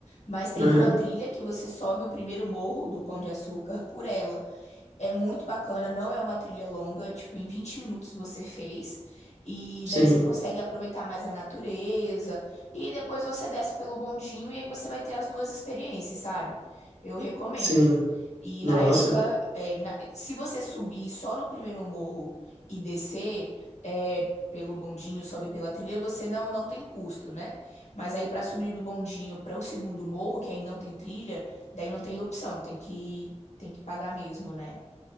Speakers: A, on the left (about 75°); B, on the right (about 80°).
A: Mas tem
B: Aham,
A: uma trilha que você sobe o primeiro morro do Pão de Açúcar por ela. É muito bacana, não é uma trilha longa, tipo, em 20 minutos você fez. E
B: sim.
A: daí você consegue aproveitar mais a natureza. E depois você desce pelo bondinho e aí você vai ter as duas experiências, sabe? Eu recomendo.
B: Sim,
A: E
B: nossa.
A: na época, é, na- se você subir só no primeiro morro e descer é, pelo bondinho, sobe pela trilha, você não, não tem custo, né? Mas aí pra subir do bondinho para o segundo morro, que aí não tem trilha, daí não tem opção, tem que, tem que pagar mesmo, né?